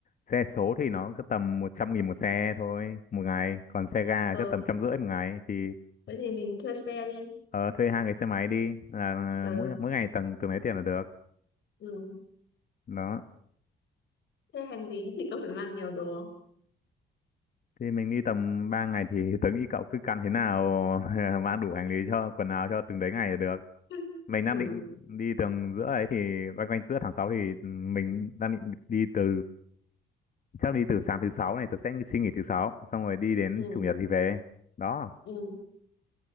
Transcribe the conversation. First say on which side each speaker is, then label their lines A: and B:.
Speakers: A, on the left (about 45°); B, on the left (about 65°).
A: xe số thì nó cứ tầm một trăm nghìn một xe thôi một ngày, còn xe ga
B: ừ
A: chắc tầm trăm rưỡi một ngày thì
B: thế thì mình thuê xe đi
A: ờ, thuê hai cái xe máy đi là à,
B: ừ
A: mỗi mỗi ngày tầm từng lấy tiền là được.
B: ừ
A: Đó
B: thế hành lý thì có phải mang nhiều đồ không
A: Thì mình đi tầm 3 ngày thì <laughs> tớ nghĩ cậu cứ căn thế nào <laughs> mang đủ hành lý cho quần áo cho từng đấy ngày là được.
B: <laughs>
A: Mình đang
B: ừ
A: định đi tầm giữa ấy thì quanh quanh giữa tháng 6 thì ừ, mình đang định đi từ chắc đi từ sáng thứ sáu này tớ sẽ xin nghỉ thứ sáu xong rồi đi đến
B: ừ
A: chủ nhật thì về. Đó,
B: ừ